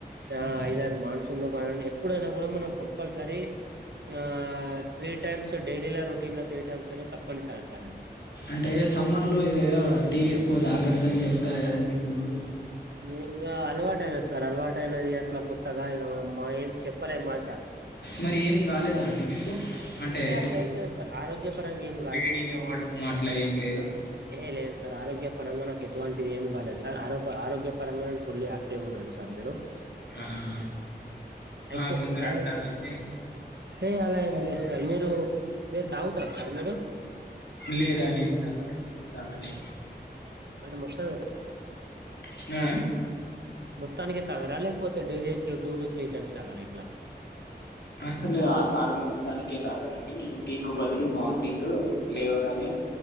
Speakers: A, on the right (about 75°); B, on the left (about 80°).
A: ఆ
B: హ్మ్.
A: ఐదారు మాన్స్ కానిండి ఎప్పుడైనా కూడా మనం కంపల్సరీ ఆ త్రీ టైమ్స్ డైలీ రో ఇల్ల త్రి టైమ్స్ అనీ తప్పనిసరి సార్
B: అంటే సమ్మర్ లో ఇయా టీ ఎక్కువ తాగద్దని చెప్తారు కదా నిపుణులు
A: ఇంగా అల్వాట అయిన సార్ అల్వాట అయినది అట్లా కొత్తగా ఇక మానం ఏం చెప్పలేం కాదా సార్
B: మరి ఏం కాలేదా
A: అంటే
B: అండి మీకు? అంటే
A: అట్లా
B: ఉ
A: ఏం లేదు సార్ ఆరోగ్యపరంగా ఏం
B: వేడి అవ్వడం. ఊ అట్ల ఏం లేదా
A: ఎహే లేదు సార్ ఆరోగ్యం పరంగా నాకు ఎటువంటిది ఏం కాలేదు సార్ ఆరోప్ ఆరోగ్య పరంగా నేను ఫుల్లీ ఆక్టివ్ గా ఉన్నాన్ సార్ నేను.
B: ఆహా!
A: ఐతే
B: ఆ కొందరు
A: సార్
B: అంటారు
A: ఎప్
B: అయితే
A: ఏ అల ఏం లేద్ సార్ మీరు మీరు తాగుతర సార్ మీరు?
B: లేదండి నేను అసలు టీ నే దాగను.
A: అంటే మొత్తానికి తాగరా
B: స్నా
A: మొత్తానికే తాగరా లేకపోతే డైలీ త్రు టూ టు త్రీ టైమ్స్ తాగరా ఇట్ల
B: అస్సలే ఆ తాగను మొత్తానికే తాగనండి నేను టీకు బదులు మార్ నింకు లేవగానే